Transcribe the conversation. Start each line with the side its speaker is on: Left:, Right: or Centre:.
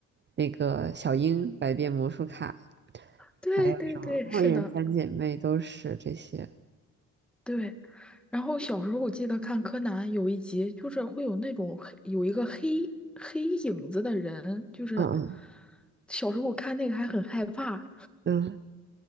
Right: 那个小樱、百变魔术卡，
Centre: 对对对，
Right: 还有什么《火影三姐妹》都是这些。
Centre: 是的，对，然后小时候我记得看柯南有一集，就是会有那种黑有一个黑黑影子的人，就是
Right: 嗯
Centre: 小时候我看那个还很害怕。
Right: 嗯嗯，